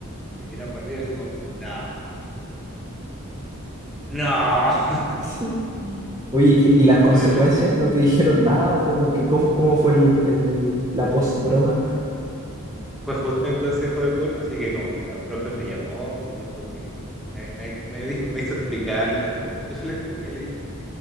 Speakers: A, in the centre; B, on the right (about 20°).
A: Y mira para arriba y así como, no, no. <laughs>
B: <laughs> Oye, ¿qué- ¿y las consecuencias?
A: Obviamente
B: ¿No te dijeron nada? ¿O cómo, qué- cómo, cómo fue el, el- la post-broma?
A: fue justo en consejo de curso, así que como que la profe me llamó, me dijo que, me, me, me dijo, me hizo explicarle la situación. Yo se la expliqué, le dije,